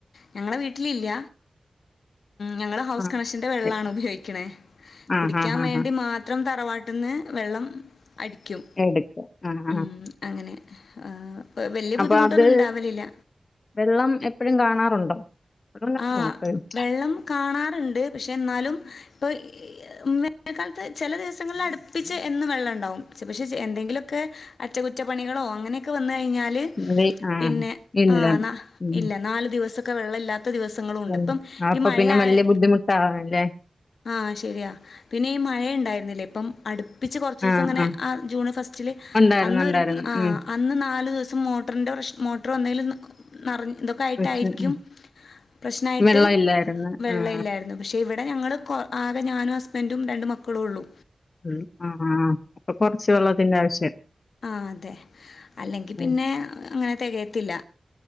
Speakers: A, on the left (about 85°); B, on the left (about 45°).
A: ഞങ്ങളെ വീട്ടില് ഇല്ല. ഞങ്ങൾ ഹൗസ്
B: ആഹ്
A: കണക്ഷന്റെ വെള്ളാണ്
B: ശരി
A: ഉപയോഗിക്ണേ
B: ആഹ്
A: കുടിക്കാൻ
B: ആഹ് ആഹ്
A: വേണ്ടി
B: ആഹ്
A: മാത്രം. തറവാട്ട്ന്ന് വെള്ളം അടിക്കും.
B: എടുക്ക ആഹ് ആഹ്
A: ഉം അങ്ങനെ. അ വലിയ ബുദ്ധിമുട്ടൊന്നും
B: അപ്പൊ അത്
A: ഇണ്ടാവലില്ല.
B: വെള്ളം എപ്പഴും കാണാറുണ്ടോ വെള്ളം
A: ആ
B: കാണുവോ എപ്പഴും
A: വെള്ളം കാണാറ്ണ്ട്. പക്ഷെ ന്നാലും ഇപ്പൊ ഈ മഴക്കാലത്ത് ചെല ദിവസങ്ങളിൽ അട്പ്പിച്ച് എന്നും വെള്ളം ഇണ്ടാവും. പക്ഷെ ചെ എന്തെങ്കിലൊക്കെ അറ്റകുറ്റപ്പണികളോ അങ്ങനെയൊക്കെ വന്നു കൈഞ്ഞാല്
B: അത് ആഹ്
A: പിന്നെ
B: ഇല്ല
A: ആ നാ
B: ഉം
A: ഇല്ല നാല് ദിവസൊക്കെ വെള്ളഇല്ലാത് ത ദിവസങ്ങളും ഉണ്ട്.
B: ഉം
A: ഇപ്പം
B: അപ്പൊ
A: ഈ മഴയായെ
B: പിന്നെ വല്യ ബുദ്ധിമുട്ടാവല്ലേ
A: ആഹ്. ശരിയാ പിന്നെ ഈ മഴയുണ്ടായിരുന്നില്ലേ ഇപ്പം അടുപ് പ്പിച്ച് കുറച്ച് ദിവസം
B: ആഹ്
A: ഇങ്ങനെ
B: ആഹ്
A: ആ ജൂണ് ഫസ്റ്റ്ല്.
B: ഒണ്ടായിരുന്നു
A: അന്നൊരു
B: ഒണ്ടായിരുന്നു
A: ആ
B: ഉം
A: അന്ന് നാല് ദിവസ് മോട്ടറിൻ്റെ പ്രശ് മോട്ടർ വന്നേലും നി നിറഞ്ഞ് ഇതൊക്കെ ആയിട്ടായിരിക്കും
B: പക്ഷെ ഉം
A: പ്രശ്നായിട്ട്
B: വെള്ളം ഇല്ലായിരുന്നു
A: വെള്ള
B: ആഹ്
A: ഇല്ലായിരുന്നു. പക്ഷേ ഇവിടെ ഞങ്ങള് കൊ ആകെ ഞാനു ഹസ്ബൻറു രണ്ടു മക്കളു ഉള്ളൂ.
B: ഉം ആ ആ അപ്പൊ കൊറച്ച് വെള്ളത്തിന്റെ ആവശ്യം.
A: ആ അതെ അല്ലെങ്കി പിന്നെ
B: ഉം
A: അങ്ങനെ തികയത്തില്ല.